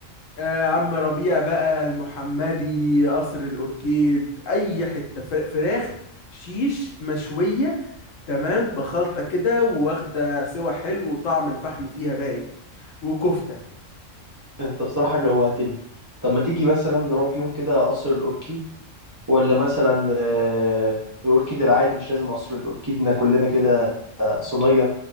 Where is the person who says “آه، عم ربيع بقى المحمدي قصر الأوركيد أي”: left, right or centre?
Left